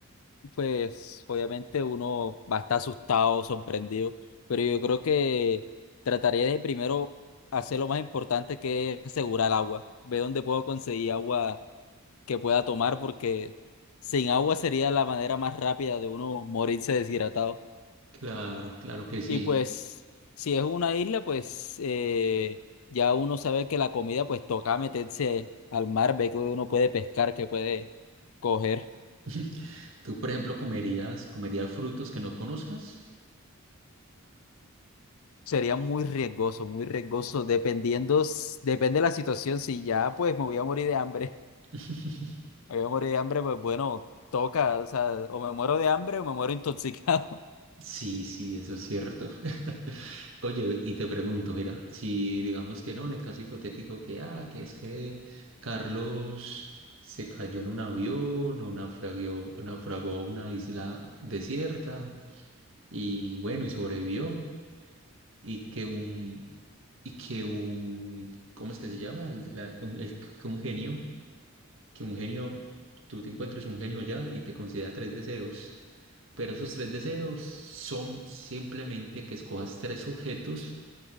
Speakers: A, on the left; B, on the right.
A: Pues obviamente uno va a estar asustado, sorprendido, pero yo creo que trataría de primero hacer lo más importante que es asegurar agua, ver dónde puedo conseguir agua que pueda tomar, porque sin agua sería la manera más rápida de uno morirse deshidratado.
B: Claro, claro que sí.
A: Y pues si es una isla, pues eh, ya uno sabe que la comida, pues toca meterse al mar, ver que uno puede pescar, que puede coger.
B: <laughs> ¿Tú, por ejemplo, comerías, comerías frutos que no conozcas?
A: Sería muy riesgoso, muy riesgoso, dependiendo, s- depende de la situación. Si ya pues me voy a morir de hambre,
B: <laughs>
A: <laughs> me voy a morir de hambre, pues bueno, toca, o sea, o me muero de hambre o me muero intoxicado.
B: Sí, sí, eso es cierto. <laughs> Oye, y te pregunto, mira, si digamos que no, en el caso hipotético que, ah, que es que Carlos se cayó en un avión o naufragó, naufragó a una isla desierta y bueno, y sobrevivió y que un, y que un, ¿cómo es que se llama? El, de la- un, el- que un genio, que un genio, tú te encuentres un genio allá y te conceda tres deseos. Pero esos tres deseos son simplemente que escojas tres objetos